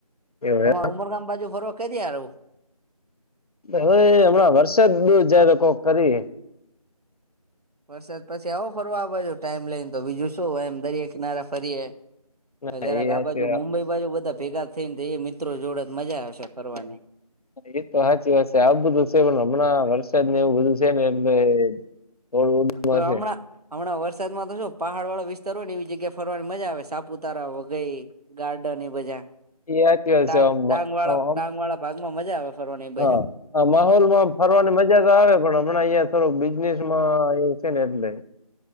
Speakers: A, on the left; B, on the right.
A: હવે
B: તો તમારે ઉમરગામ બાજુ ફરવા ક દયાર આવું.
A: હવે, હમણા વરસાદ બઉ જ તો કોક કરી.
B: વરસાદ પછી આવો ફરવા આ બાજુ ટાઈમ લઈને, તો બીજું શું? એમ દરિયા કિનારે ફરીએ.
A: ના
B: જરાક
A: એ
B: આ બાજુ મુંબઈ બાજુ બધા ભેગા થઈને, તો મિત્રો જોડે જ મજા આવશે ફરવાની.
A: એ તો સાચી વાત છે, આવુ બધું છે, પણ હમણાં વરસાદને એવું બધું છે ને, એટલે થોડું છે
B: કો
A: એ
B: હમણાં, હમણાં વરસાદમાં તો શો પહાડ વાળા વિસ્તાર હો ને, એવી જગ્યા ફરવાની મજા આવે, સાપુતારા, વઘઈ. ગાર્ડોની બાજુ
A: સાચી વાત
B: ડાંગ-ડાંગ
A: છે આમ
B: વાળા,
A: આમ
B: ડાંગ વાળા ભાગ માં મજા આવે. ફરવાની એ બાજુ
A: હા, આ માહોલમાં ફરવાની મજા મજા તો આવે, પણ હમણાં અહં થોડું બિઝનેસ માં એવું છે, ને એટલે.